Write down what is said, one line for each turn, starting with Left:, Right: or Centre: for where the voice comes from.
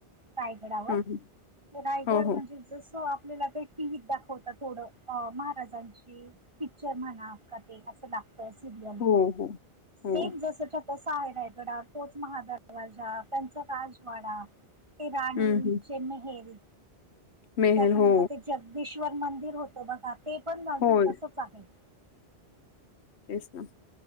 Right: रायगडावर
Left: हं, हं.
Right: रायगड
Left: हो हो
Right: म्हणजे जस आपल्याला काही टीव्हीत दाखवता थोडं महाराजांची पिक्चर म्हणा का ते अस लागतय सिरयल
Left: हो हो.
Right: सेम
Left: हो
Right: जसच्या तसा आहे रायगडा तोच महादरवाजा त्यांचा राजवाडा ते राणी
Left: हं, हं.
Right: चे मेहेल
Left: मेहेर
Right: त्याच्यानंतर
Left: हो
Right: ते जगदीेश्वर मंदिर होतं बघा ते पण गजून
Left: होय
Right: तसंच आहे.
Left: तेच ना